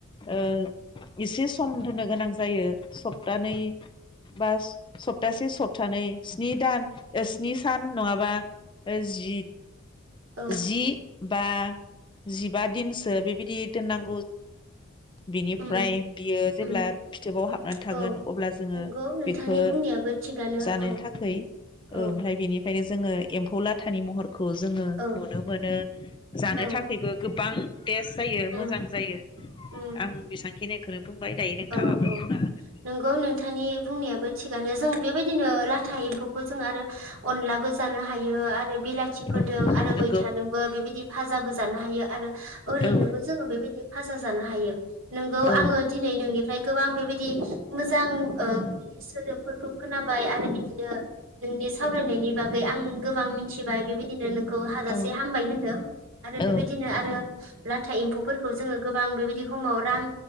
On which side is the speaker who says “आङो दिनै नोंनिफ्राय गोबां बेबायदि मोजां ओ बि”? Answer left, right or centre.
Right